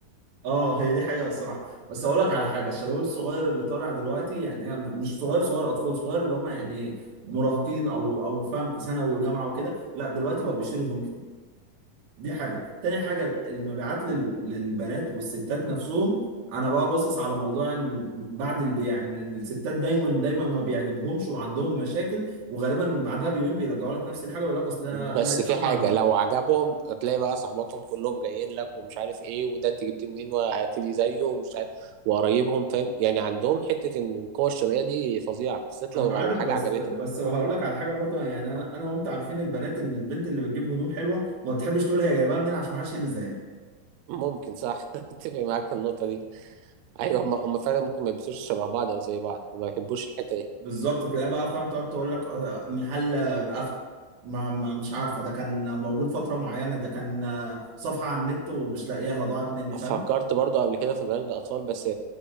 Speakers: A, on the right; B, on the right.
A: اه هي دي حقيقه الصراحه بس اقول لك على حاجه الشباب الصغير اللي طالع دلوقتي يعني هي مش صغير صغير اطفال صغير اللي هم يعني مراهقين او او فاهم في ثانوي وجامعه وكده لا دلوقتي بقوا بيشتروا هدوم كتير دي حاجة تاني حاجة المبيعات لل- للبنات والستات نفسهم انا بقى باصص على موضوع ان بعد البيع ان الستات دايما دايما ما بيعجبهمش وعندهم مشاكل وغالبا بعدها بيومين بيرجعوا لك نفس الحاجه ويقول لك اصل انا
B: بس
A: اسلام
B: في حاجة
A: ما عجبتني
B: لو عجبهم هتلاقي بقى صحباتهم كلهم جايين لك ومش عارف ايه وده انت جبتيه منين وهاتلي زيه ومش عارف وقرايبهم فاهم يعني عندهم حتة ان القوة الشرائية دي فظيعة بالذات
A: انا
B: لو
A: عارف
B: الحاجة
A: بس
B: عجبتهم
A: بس هقول لك على حاجه برضو يعني انا انا وانت عارفين البنات ان البنت اللي بتجيب هدوم حلوه ما بتحبش تقول هي جايبها منين عشان ما حدش يلبس زيها
B: ممكن صح <laughs> اتفق معاك في النقطة دي ايوه هم هم فعلا ممكن ما يلبسوش شبه بعض او زي بعض ما بيحبوش الحتة دي
A: بالظبط تلاقيها بقى فاهم تقعد تقول لك آه، محل آه، قفل ما ما مش عارفه ده كان موجود فتره معينه ده كان آه، صفحه على النت ومش لاقياها ضاعت مني فاهم
B: فكرت برضو قبل كده في براند اطفال بس